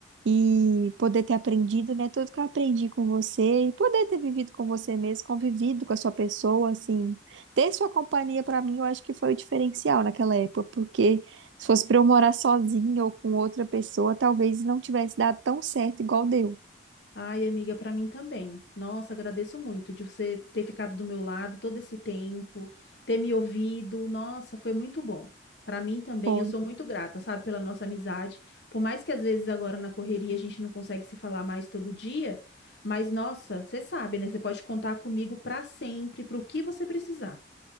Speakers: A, on the right (about 80°); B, on the left (about 65°).
A: e poder ter aprendido, né, tudo que eu aprendi com você e poder ter vivido com você mesmo, convivido com a sua pessoa, assim, ter sua companhia pra mim, eu acho que foi o diferencial naquela época, porque se fosse pra eu morar sozinha ou com outra pessoa, talvez não tivesse dado tão certo igual deu.
B: Ai, amiga, para mim também. Nossa, agradeço muito de você ter ficado do meu lado todo esse tempo, ter me ouvido. Nossa, foi muito bom. Para mim também,
A: Foi.
B: eu sou muito grata, sabe, pela nossa amizade. Por mais que às vezes agora na correria a gente não consegue se falar mais todo dia, mas nossa, você sabe, né? Você pode contar comigo para sempre, para o que você precisar.